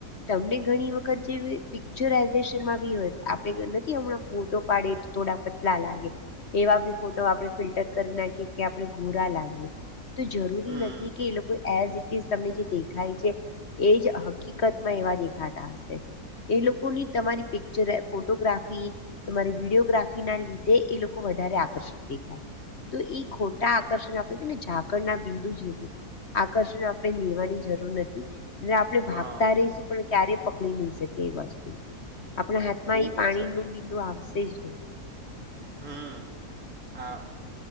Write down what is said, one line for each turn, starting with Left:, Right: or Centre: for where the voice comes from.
Left: તમને ઘણી વખત જે પિક્ચરાઈઝેશનમાં બી હોય આપણે નથી હમણાં ફોટો પાડે થોડા પતલા લાગે એવા બી ફોટો આપણે ફિલ્ટર કરી નાખીએ કે આપણે ગોરા લાગીએ તો જરૂરી
Right: હમ
Left: નથી કે એ લોકો એઝ ઇટ ઇઝ તમને જે દેખાય છે એજ હકીકતમાં એવા દેખાતા હશે એ લોકોની તમારી પિક્ચર ફોટોગ્રાફી તમારી વિડીયોગ્રાફી ના લીધે એ લોકો વધારે આકર્ષિત દેખાય તો એ ખોટા આકર્ષણ આપણે કેને ઝાકળ ના બિંદુ જેવું આકર્ષણ આપણે લેવાની જરૂર નથી એ આપણે
Right: હા
Left: ભાગતા રહીશું પણ ક્યારે પકડી નહી શકી એ વસ્તુ આપણા હાથમાં
Right: બહુ
Left: એ પાણી
Right: જ સતી
Left: નું
Right: કીધું.
Left: બિંદુ આવશે જ નહીં
Right: હમ્મ આ